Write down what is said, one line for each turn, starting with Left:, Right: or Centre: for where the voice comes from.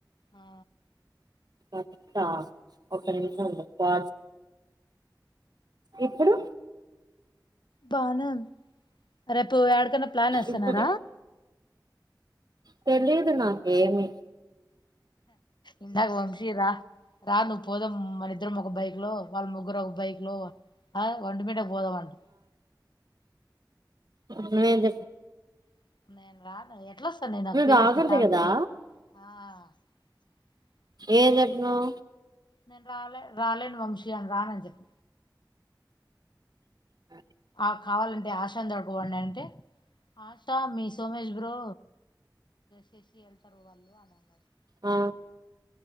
Left: ఆ
Right: కత ఒక నిమిషం ఉ పా ఇప్పుడు
Left: బనను రేపుడు ప్లాన్ వస్తనార
Right: ఇప్పుడు తెలీదు నాకేమిీ
Left: ఇంతా వంశీ రా రా ను పోద మన ఇద్దరం ఒక బైక్ లో వాళ్ళ ముగ్గురు ఒక బైక్ లో అ వంటి మీటకి పోదాంంట
Right: అన వేద
Left: న్నాే రా
Right: రాకూడదు
Left: స
Right: కదా
Left: ప త
Right: ఏం చెప్పినవు
Left: నేను రాాల రాలేను వంశీయాన్ రానుని చెప్ప
Right: అ
Left: ఆ కావాలంటే ఆశాని దొడుకోబండి అంటే ఆశ మీ సోమష్ బ్రో చేసి వెళ్తారు వాళ్ళు అని అన్నారుడు
Right: ఆ